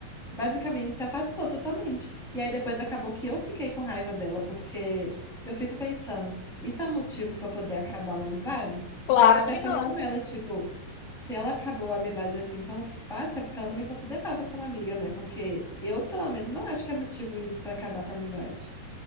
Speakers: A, in the centre; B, on the left.
A: Basicamente se afastou totalmente. E aí depois acabou que eu fiquei com raiva dela, porque eu fico pensando, isso é um motivo pra poder acabar uma amizade?
B: claro
A: Aí eu até
B: que
A: falei
B: não.
A: com ela, tipo, se ela acabou a amizade assim tão fácil, é porque ela não me considerava como amiga, né? Porque eu, pelo menos, não acho que é motivo isso pra acabar com a amizade.